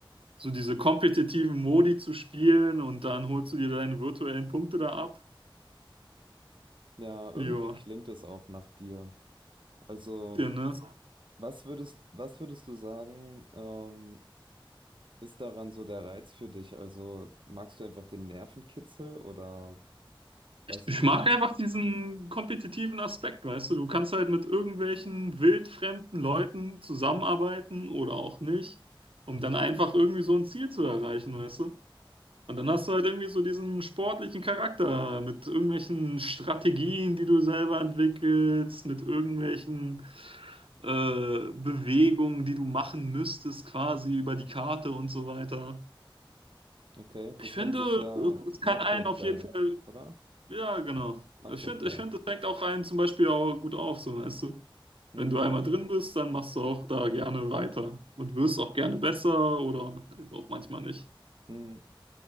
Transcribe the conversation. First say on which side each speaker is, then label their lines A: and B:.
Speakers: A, on the right (about 85°); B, on the right (about 65°).
A: so diese kompetitiven Modi zu spielen und dann holst du dir deine virtuellen Punkte da ab.
B: Ja, irgendwie
A: Ja,
B: klingt das auch nach dir. Also,
A: ja, ne?
B: was würdest, was würdest du sagen, ähm, ist daran so der Reiz für dich? Also, magst du einfach den Nervenkitzel oder weiß
A: Ich, ich
B: ich nicht?
A: mag einfach diesen kompetitiven Aspekt, weißt du? Du kannst halt mit irgendwelchen wildfremden Leuten zusammenarbeiten oder auch nicht, um dann einfach irgendwie so ein Ziel zu erreichen, weißt du? Und dann hast du halt irgendwie so diesen sportlichen Charakter mit irgendwelchen Strategien, die du selber entwickelst, mit irgendwelchen äh, Bewegungen, die du machen müsstest, quasi über die Karte und so weiter.
B: Okay, das
A: Ich finde,
B: nennt sich ja Makroplay,
A: es kann einen auf jeden Fall
B: oder?
A: ja, genau.
B: Makroplay.
A: Ich finde, ich find, das fängt auch einen zum Beispiel auch gut auf, so weißt du.
B: Hm,
A: Wenn du einmal drin bist, dann machst du auch da gerne weiter und wirst auch gerne besser oder halt auch manchmal nicht.
B: hm.